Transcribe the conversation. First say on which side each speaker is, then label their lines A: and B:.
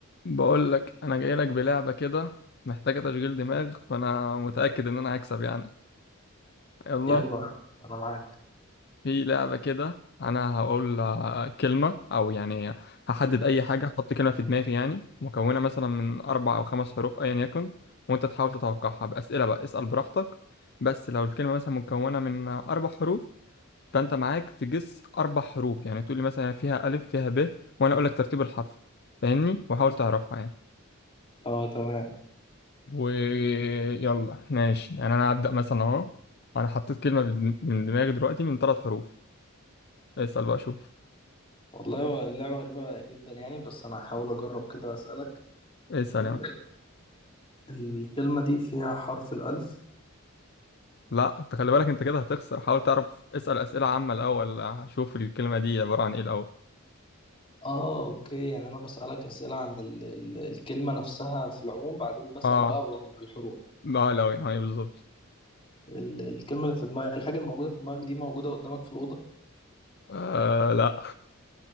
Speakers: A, on the left; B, on the left.
A: بقول لك انا جاي لك بلعبه كده محتاجه تشغيل دماغ فانا متاكد ان انا هكسب يعني يلا
B: يلا انا معاك
A: في لعبه كده انا هقول آه، كلمه او يعني هحدد اي حاجه احط كلمه في دماغي يعني مكونه مثلا من اربع او خمس حروف ايا يكن وانت تحاول تتوقعها باسئله بقى اسال براحتك بس لو الكلمه مثلا مكونه من اربع حروف فانت معاك تجس اربع حروف يعني تقول لي مثلا فيها الف فيها ب وانا اقول لك ترتيب الحرف فاهمني وحاول تعرفها يعني
B: اه تمام
A: ويلا ماشي يعني انا هبدأ مثلا اهو انا حطيت كلمة بد- من دماغي دلوقتي من ثلاث حروف اسأل بقى شوف
B: والله هو اللعبة غريبة جدا يعني بس انا هحاول اجرب كده اسألك
A: اسأل
B: ال...
A: يعني
B: الكلمة دي فيها حرف الألف
A: لا انت خلي بالك انت كده هتخسر حاول تعرف اسأل أسئلة عامة الاول شوف الكلمة دي عبارة عن ايه الاول
B: اه اوكي يعني انا بسألك أسئلة عن ال... ال... الكلمة نفسها في العموم بعدين بسأل
A: اه
B: بقى بم- بالحروف
A: ما لو يعني بالظبط
B: ال... الكلمة اللي في دماغك الحاجة الموجودة في دماغك دي موجودة قدامك في الأوضة
A: آه لا